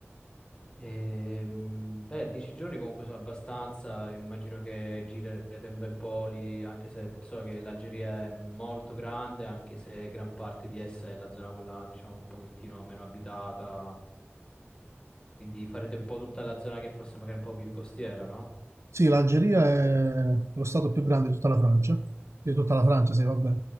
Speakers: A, on the left (about 20°); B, on the right (about 80°).
A: Ehm, beh, dieci giorni comunque sono abbastanza, immagino che girerete un bel po' lì, anche se so che l'Algeria è molto grande, anche se gran parte di essa è la zona quella, diciamo, un pochettino meno abitata. Quindi farete un po' tutta la zona che forse magari è un po' più costiera, no?
B: Sì, l'Algeria
A: Quando
B: è
A: state lì.
B: lo stato più grande di tutta la Francia, di tutta la Francia, sì, vabbè.